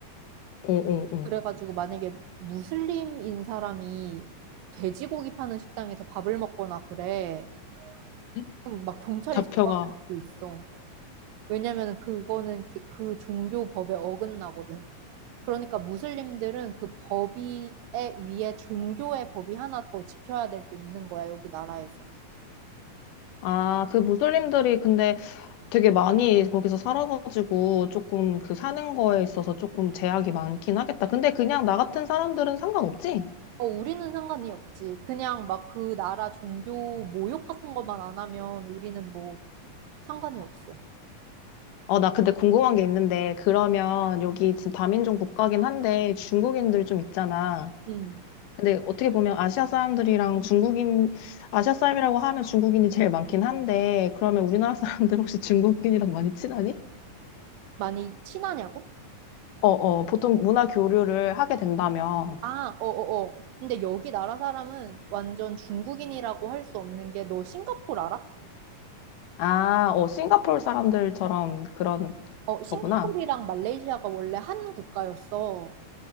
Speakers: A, on the left; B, on the right.
A: 어, 어.
B: 그래가지고 만약에 무슬림인 사람이 돼지고기 파는 식당에서 밥을 먹거나 그래.
A: 에?
B: 그럼 막 경찰이
A: 잡혀가.
B: 잡아갈 수도 있어. 왜냐면 그거는 그, 그 종교 법에 어긋나거든. 그러니까 무슬림들은 그 법이 위에 종교의 법이 하나 더 지켜야 될 게 있는 거야, 여기 나라에서.
A: 아, 그 무슬림들이 근데 되게 많이 거기서 살아가지고 조금 그 사는 거에 있어서 조금 제약이 많긴 하겠다. 근데 그냥 나 같은 사람들은 상관없지?
B: 어, 우리는 상관이 없지. 그냥 막 그 나라 종교 모욕 같은 것만 안 하면 우리는 뭐 상관이 없어.
A: 어, 나 근데 궁금한 게 있는데, 그러면 여기 지금 다민족 국가긴 한데 중국인들 좀 있잖아.
B: 음.
A: 근데 어떻게 보면 아시아 사람들이랑 중국인, 아시아 사람이라고 하면 중국인이 제일 많긴 한데, 그러면 우리나라 <laughs> 사람들 혹시 중국인이랑 많이 친하니?
B: 많이 친하냐고?
A: 어, 어, 보통 문화 교류를 하게 된다면,
B: 아, 어어어. 근데 여기 나라 사람은 완전 중국인이라고 할 수 없는 게 너 싱가포르 알아?
A: 아, 어, 싱가포르 사람들처럼 그런
B: 어,
A: 거구나.
B: 싱가포르랑 말레이시아가 원래 한 국가였어.